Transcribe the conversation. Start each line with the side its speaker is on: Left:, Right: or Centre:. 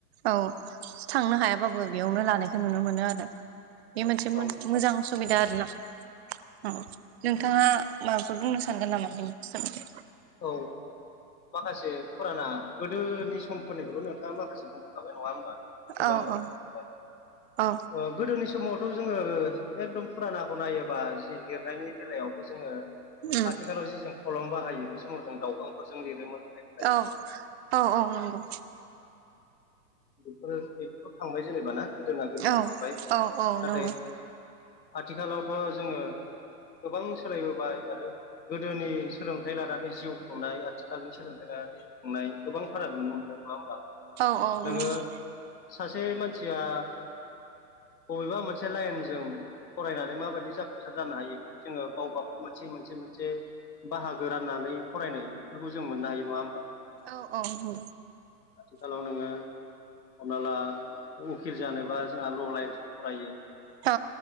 Right: औ। थांनो हायाबाबो बेयावनो लानायखौ नुनो मोनो आरो बे मोनसे
Left: औ
Right: मोजां सुबिदा आरोना औ नोंथाङा माबाफोर बुंनो सानगोन नामा बेनि
Left: औ माखासे फुराना गोदोनि समफोरनिखौथ' नोंथाङा माखासे बुंफोरखाबाय नङा होमबा। गोबां
Right: औ
Left: बाथ्रा
Right: औ
Left: मिथिबाय
Right: औ
Left: ओ गोदोनि समावथ' जोङो एकदम फुरानाखौ नायोबा जि लिरनायनि बेलायावबो जोङो
Right: उम
Left: आथिखालाव जि जों खलम बाहायो बे समाव जों दाउखांफोरजों लिरोमोन आरो
Right: औ औ औ नंगौ।
Left: बेफोरो बेफोर' थांबाय जेनेबाना गोदोना गोदोन
Right: औ
Left: थांबाय
Right: औ औ
Left: नाथाय
Right: नंगौ
Left: आथिखालावथ' जोङो गोबां सोलायबोबाय आरो। गोदोनि सोलोंथाइ लानानै जिउ खुंनाय आथिखालनि सोलोंथाइ लानानै जि संनाय गोबां फाराग नुनो मोनबाय नङा होमबा।
Right: औ औ
Left: नोङो
Right: नंगौ
Left: सासे मानसिया बबेबा मोनसे लाइनजों फरायनानै माबायदि जाफुंसार जानो हायो जोङो गावबागाव मोनसे मोनसे मोनसे बाहागो राननानै फरायनायफोरखौ जों मोननो हायो नङा होमबा?
Right: औ औ नंगौ।
Left: आथिखालाव नोङो हमना ला उकिल जानोबा जोंहा ल' लाइनजों फरायो।
Right: औ।